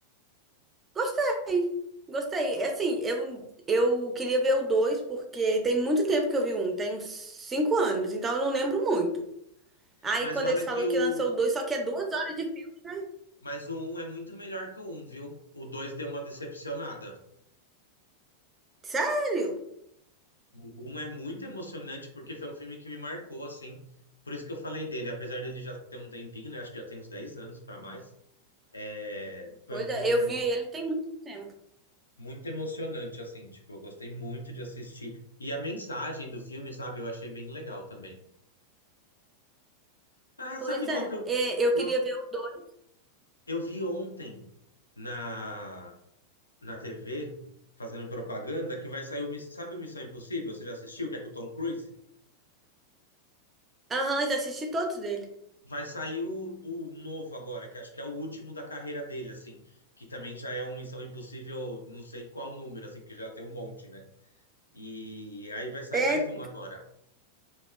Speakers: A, on the right; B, on the left.
A: Gostei. Gostei. É Assim, eu, eu queria ver o dois, porque tem muito tempo que eu vi um. Tem uns cinco anos, então eu não lembro muito. Aí
B: Mas
A: quando
B: olha
A: eles falaram
B: que o
A: que lançou o dois, só que é duas horas de filme, né?
B: mas o 1 é muito melhor que o um, viu? O 2 deu uma decepcionada.
A: Sério?
B: O 1 é muito emocionante porque foi um filme que me marcou assim. Por isso que eu falei dele, apesar dele já ter um tempinho, né, acho que já tem uns 10 anos para mais. É, foi
A: Pois
B: um filme
A: é, eu vi ele tem muito tempo.
B: muito emocionante, assim, tipo, eu gostei muito de assistir. E a mensagem do filme, sabe, eu achei bem legal também. Ah, sabe
A: Pois
B: qual
A: é,
B: que eu,
A: eh, eu
B: eu,
A: queria ver o dois.
B: eu vi ontem na, na TV, fazendo propaganda, que vai sair o, Miss- sabe o Missão Impossível? Você já assistiu? Que é com o Tom Cruise?
A: Aham, já assisti todos dele.
B: Vai sair o, o novo agora, que acho que é o último da carreira dele, assim, que também já é um Missão Impossível, não sei qual número, assim, que já tem um monte, né? E aí vai sair
A: É
B: mais um agora.